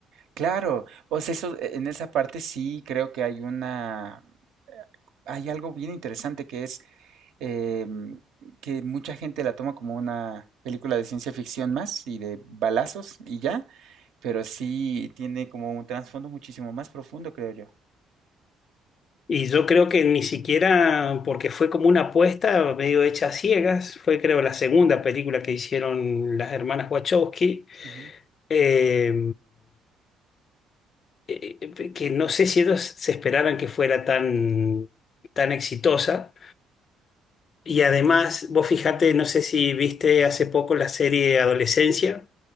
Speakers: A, on the right; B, on the left.
A: Claro, pues eso, e- en esa parte sí creo que hay una, eh, hay algo bien interesante que es em, que mucha gente la toma como una película de ciencia ficción más y de balazos y ya, pero sí tiene como un trasfondo muchísimo más profundo, creo yo.
B: Y yo creo que ni siquiera, porque fue como una apuesta medio hecha a ciegas, fue creo la segunda película que hicieron las hermanas Wachowski.
A: Ujú.
B: Eh, eh, eh, que no sé si ellos se esperaban que fuera tan, tan exitosa. Y además, vos fíjate, no sé si viste hace poco la serie Adolescencia.